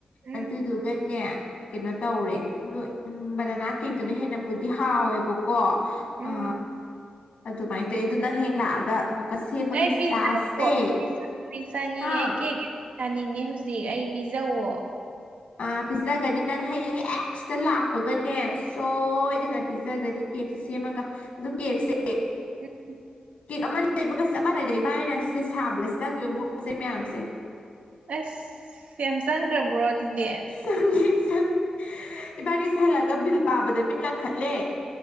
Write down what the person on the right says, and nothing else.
ꯎꯝ
ꯎꯝ
ꯑꯩ ꯄꯤꯖꯧꯀꯣ
ꯑꯩ ꯄꯤꯖꯧ ꯑꯩ ꯆꯥꯅꯤꯡꯉꯦ
ꯑꯩ ꯀꯦꯛ ꯆꯥꯅꯤꯡꯉꯦ ꯍꯧꯖꯤꯛ ꯑꯩ ꯄꯤꯖꯧꯋꫭ
<unintelligible>
ꯑꯁ ꯌꯥꯝ ꯆꯪꯒꯔꯕ꯭ꯔꯣ ꯑꯗꯨꯗꯤ